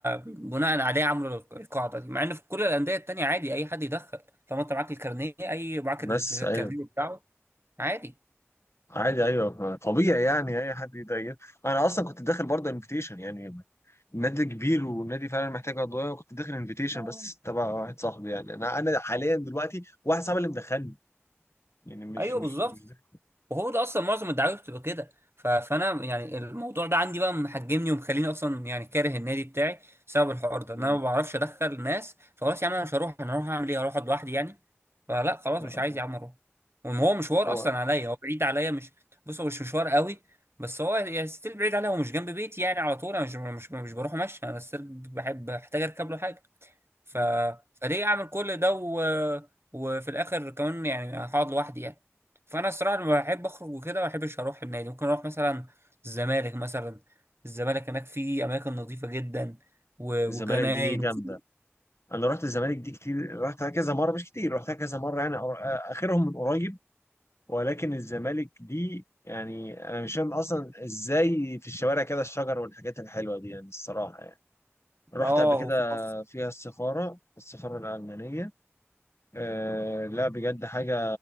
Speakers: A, on the right (about 55°); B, on the left (about 65°).
A: بناء عليه عملوا القاعده دي مع ان في كل الانديه التانيه عادي اي حد يدخل طالما انت معاك الكارنيه اي معاك
B: بس
A: الكارنيه
B: أيوه
A: بتاعه عادي
B: عادي أيوه طبيعي يعني أي حد يضايق أنا أصلا كنت داخل برضه انفيتيشن يعني نادي كبير ونادي فعلا محتاج عضوية كنت داخل انفيتيشن
A: آه.
B: بس تبع واحد صاحبي يعني أنا أنا حاليا دلوقتي واحد صاحبي اللي مدخلني يعني مش
A: ايوه
B: مش
A: بالظبط
B: مش ده.
A: وهو ده اصلا معظم الدعاوي بتبقى كده ف- فانا يعني الموضوع ده عندي بقى محجمني ومخليني اصلا يعني كاره النادي بتاعي بسبب الحوار ده
B: آه.
A: ان انا ما بعرفش ادخل ناس فخلاص يا عم انا مش هروح انا هروح اعمل ايه هروح أقعد لوحدي يعني فلا خلاص
B: لا
A: مش عايز يا عم اروح وان هو مشوار
B: هو
A: اصلا عليا هو بعيد عليا مش بص هو مش مشوار قوي بس هو يعني ستيل بعيد عليا هو مش جنب بيتي يعني على طول انا مش مش مش بروح ماشي انا ستيل بحب بحتاج اركب له حاجه ف...
B: مم.
A: فليه اعمل كل ده و... وفي الاخر كمان يعني هقعد لوحدي يعني فانا الصراحه لما بحب اخرج وكده ما بحبش اروح النادي ممكن اروح مثلا الزمالك مثلا الزمالك هناك في اماكن نظيفه جدا و...
B: الزمالك
A: وجناين
B: دي جامده
A: وفي
B: انا رحت الزمالك دي كتير رحتها كذا مره مش كتير رحتها كذا مره يعني أر- اخرهم من قريب ولكن الزمالك دي يعني انا مش فاهم اصلا ازاي في الشوارع كده الشجر والحاجات الحلوه دي يعني الصراحه يعني رحت
A: اه
B: قبل كده
A: وفي حفظ
B: فيها السفاره السفاره الالمانيه أه لا بجد حاجه